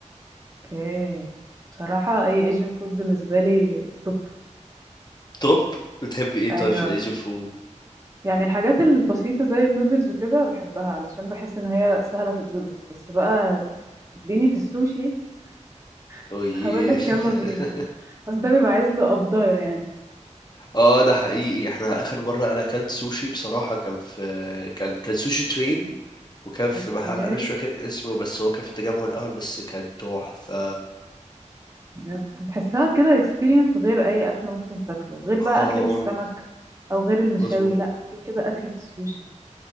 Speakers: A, on the right; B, on the left.
A: اوكي بصراحه اي ايجن فود بالنسبه لي توب
B: توب بتحب ايه
A: ايوه
B: طيب في الإيجن فود
A: يعني الحاجات البسيطه زي النودلز وكده بحبها علشان بحس ان هي سهله تتظبط بس بقى اديني في السوشي <laughs>
B: اوه
A: هقول لك
B: <laughs>
A: يلا بينا بس ده بيبقى عايز له قبضايه يعني
B: اه ده حقيقي احنا آخر مرة أنا أكلت سوشي بصراحة كان في كان كان سوشي ترين وكان في
A: اوكي
B: محل أنا مش فاكر اسمه بس هو كان في التجمع الأول بس كان تحفة
A: بجد بتحسها كده اكسبيرينس غير اي اكل ممكن تاكله غير بقى
B: اه
A: اكله
B: والله
A: السمك او غير المشاوي
B: بس
A: لا في كده اكله السوشي